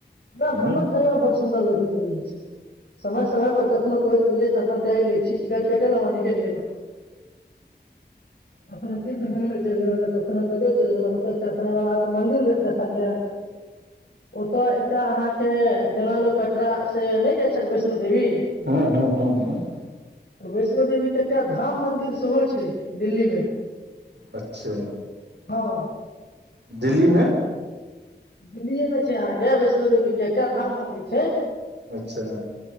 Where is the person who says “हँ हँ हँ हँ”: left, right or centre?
Right